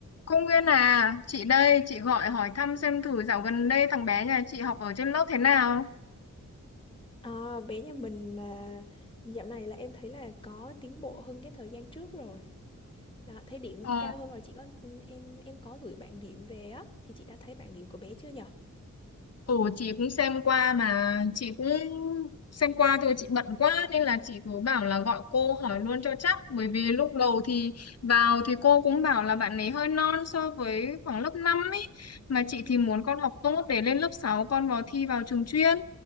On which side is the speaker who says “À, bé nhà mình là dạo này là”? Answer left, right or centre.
Left